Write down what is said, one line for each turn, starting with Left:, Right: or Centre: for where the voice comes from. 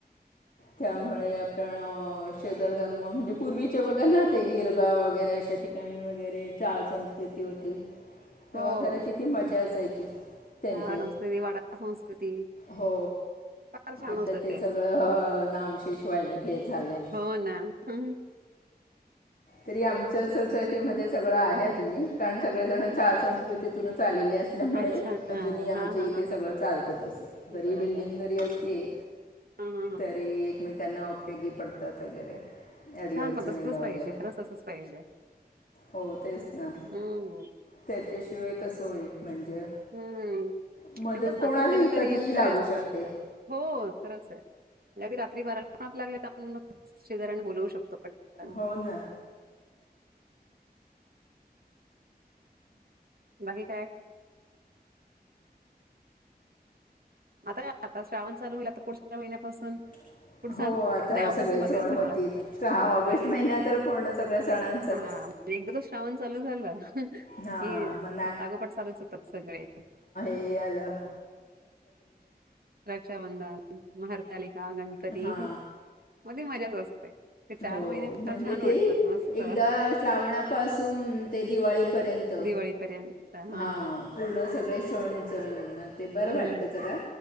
Left: त्यामुळे आपण क्षेत्रधर्म म्हणजे पूर्वीचे बघा नाते गिरगाव वगैरे अशा ठिकाणी वगैरे चाळ संस्कृती होती तेव्हा
Right: हो
Left: घरं किती मजा असायची त्यांचे
Right: संस्कृती वडा संस्कृती
Left: हो
Right: फार छान
Left: आता
Right: होतं
Left: ते सगळं नाम शेषवायला घे झालंय
Right: हो ना हम्म
Left: तरी आमच सोसायटी मध्ये सगळं आहे अजूनही कारण सगळेजण चाळ संस्कृतीतूनच आलेले असल्यामुळे
Right: अच्छा
Left: अजूनही
Right: हा
Left: आमचे
Right: हा हा
Left: इथे
Right: हा
Left: सगळं
Right: हा हा
Left: चालत तस जरी
Right: बरोबर
Left: बिल्डिंग
Right: हा
Left: जरी असली
Right: हा हा
Left: तरी एकमेकांना उपयोगी पडतात वगैरे अडीअडचणीला
Right: छान हो तसच
Left: वगैरे
Right: पाहिजे खरंच असच पाहिजे
Left: हो तेच ना
Right: हम्म
Left: त्याच्याशिवाय कसं होईल म्हणजे
Right: हम्म नातेवाईक
Left: मदत कोणालाही
Right: कधीतरी
Left: कधीही
Right: येणार
Left: लागू
Right: असतात
Left: शकते
Right: आपल्याला हो खरंच आहे रात्री बाराला पण आपल्याला लागले तर आपण मग शेजाऱ्यांना बोलवू शकतो पटकन.
Left: हो ना
Right: बाकी काय आता काय आता श्रावण चालू होईल आता पुढच्या महिन्यापासून
Left: <inaudible>
Right: पुढचा
Left: हो
Right: ना?
Left: आता
Right: नाही ऑगस्टमध्ये
Left: सगळे सण
Right: असेल
Left: होतील
Right: मला वाटतं.
Left: ऑगस्ट
Right: हां,
Left: महिन्या तर पूर्ण सगळ्या सणांचाच
Right: हां. एकदा तो श्रावण चालू झाला
Left: हा
Right: कि
Left: मग
Right: लागोपाठ चालूच होतात सगळे
Left: ते आल
Right: रक्षाबंधन म हरतालिका गणपती
Left: हा
Right: मध्ये मजाच असते ते
Left: हो
Right: महिने फार
Left: म्हणजे
Right: छान वाटतात
Left: ते
Right: मस्त
Left: एकदा श्रावणापासून ते दिवाळीपर्यंत
Right: दिवाळीपर्यंत. हां.
Left: हा पूर्ण सगळे सण सण म ते बरं
Right: हं,
Left: वाटत
Right: हं.
Left: जरा